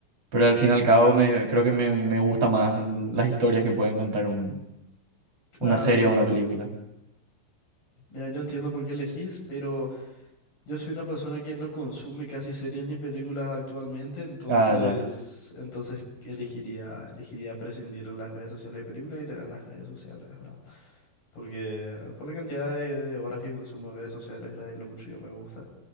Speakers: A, on the right; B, on the left.
A: pero al fin y al cabo me, creo que me, me gusta más las historias que pueden contar un-
B: Claro,
A: una serie
B: claro.
A: o una película.
B: Mira, yo entiendo por qué elegís, pero yo soy una persona que no consume casi series ni películas actualmente, entonces,
A: Ah, ya,
B: entonces elegiría, elegiría prescindir de las redes sociales de películas y tener las redes sociales, ¿verdad? Porque eh, por la cantidad de, de horas que consumo en redes sociales, ¿verdad? Y lo mucho que me gusta,